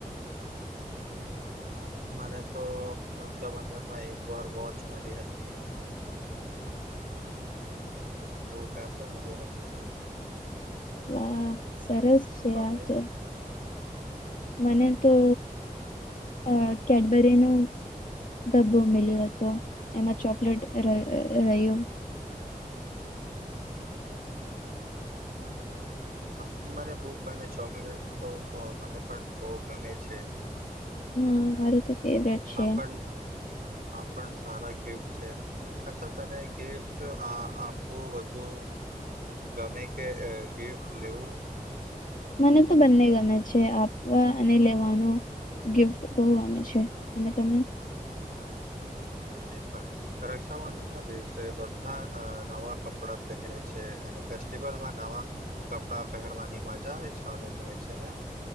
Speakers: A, on the right (about 80°); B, on the left (about 60°).
A: હ મને તો રક્ષાબંધનમાં એક વાર વોચ મલી હતી અને થોડો પેસો મળ્યો હતો
B: વાહ સરસ છે
A: તમે
B: આ તો મને તો અ કેડબરી નુ ડબ્બું મિલ્યું હતો એમાં ચોકલેટ રહ્યું
A: હમ હ મને બૂક અને ચોકલેટ તો મને પણ બહુ ગમે છે
B: હા મારું તો ફેવરેટ છે
A: આ પણ આ પણ સારા ગિફ્ટ છે અચ્છા તને ગિફ્ટ આ આપવું વધુ ગમે કે ગિફ્ટ લેવું
B: મને તો બંને ગમે છે આપવા અને લેવાનો ગિફ્ટ બહુ ગમે છે અને તમે
A: અને પણ રક્ષાબંધન ના દિવસે બધા નવા કપડા પહેરે છે અને ફેસ્ટિવલમાં નવા કપડા પહેરવાની મજા જ અલગ હોય છે ને